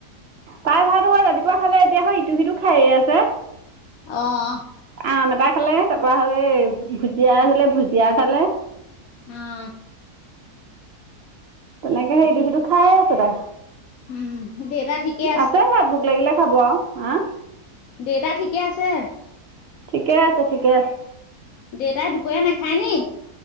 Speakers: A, on the right; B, on the left.
A: তাই ভাত হেই ৰাতিপুৱা খালে, এতিয়া হৈ ইটো সিটো খাইয়ে আছে।
B: অ'।
A: আম এটা খালে, তাৰপৰা হৈ ভুজিয়া আছিলে ভুজিয়া খালে।
B: অ'।
A: তেনেকে
B: তাকে
A: ইটো সিটো খাই আছে তাই।
B: উম দেউতা ঠিকে
A: আছে ভাত ভোক লাগিলে খাব আৰু হা!
B: দেতা ঠিকে আছে?
A: ঠিকে আছে, ঠিকে আছে।
B: দেউতাই দুপৰীয়া নাখায় নি?